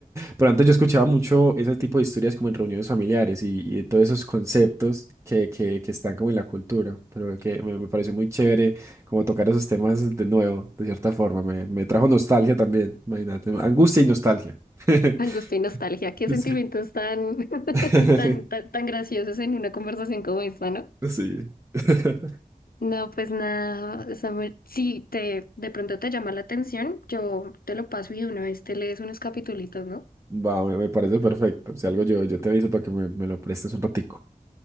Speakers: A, on the right (about 20°); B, on the left (about 85°).
A: Pero antes yo escuchaba mucho ese tipo de historias como en reuniones familiares y, y de todos esos conceptos que, que, que están como en la cultura, pero que me, me pareció muy chévere como tocar esos temas de nuevo, de cierta forma. Me, me trajo nostalgia también, imagínate, angustia y nostalgia. <laughs>
B: Angustia y nostalgia, qué sentimientos
A: Sí.
B: tan, <laughs>
A: <laughs>
B: tan, tan, tan graciosos en una conversación como esta, ¿no?
A: Sí. <laughs>
B: No, pues nada, Samuel, si te, de pronto te llama la atención, yo te lo paso y de una vez te lees unos capitulitos, ¿no?
A: Va, me, me parece perfecto. Si algo yo, yo te aviso para que me, me lo prestes un ratico.